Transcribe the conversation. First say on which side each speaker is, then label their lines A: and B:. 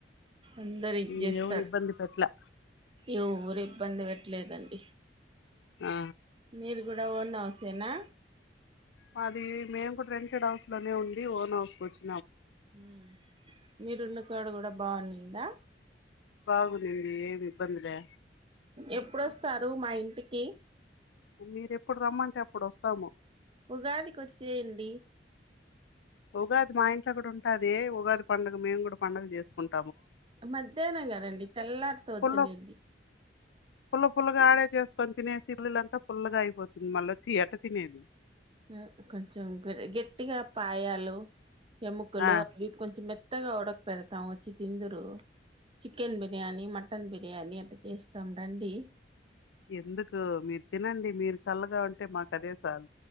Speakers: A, on the right; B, on the left.
A: అందరు ఇది
B: ఉమ్,
A: చేస్తార్.
B: ఎవరు ఇబ్బంది పెట్లా
A: యో ఎవరు ఇబ్బంది పెట్లేదండి.
B: ఆ
A: మీది కూడా ఓన్ హౌసేనా.
B: మాదీ, మేం కూడ రెంటెడ్ హౌసులోనే ఉన్న్ మీ ఓన్ హౌస్కి వచ్చి.
A: ఉమ్ మీరున్న క్కాడ. కూడా బావుండిందా.
B: బాగుందింది ఏమి ఇబ్బంది లే.
A: ఇప్పుడొస్తారు మా ఇంటికి.
B: మీరెప్పుడు రమ్మంటే అప్పుడు వస్తాము.
A: ఉగాది కొచ్చేయండి.
B: ఉగాది మా ఇంట్లో కూడా ఉన్. టాది ఉగాది పండగ మేము కూడా పండగ చేసుకున్.
A: మధ్యాహ్నం కదండి తెల్లారితే వద్దులేండి.
B: పుల్ల పుల్ల పుల్లగా ఆడే చేసుకొని తినేసి పుల్లలంత పుల్లగా అయిపోతుంది మళ్ళోచి ఎట్ట తినేది.
A: అహ్ కొంచెం గట్టిగా పాయాలు. ఎముకలు
B: ఆ
A: అవి కొంచెం మెత్ కొత్తగా ఉడక పెడతాం వచ్చి తిందురు చికెన్ బిర్యానీ మటన్ బిర్యానీ అట్ చేస్తాం రండి
B: ఎందుకు మీరు తినండి మీర్ చల్లగా ఉంటే మాకు అదే చాలు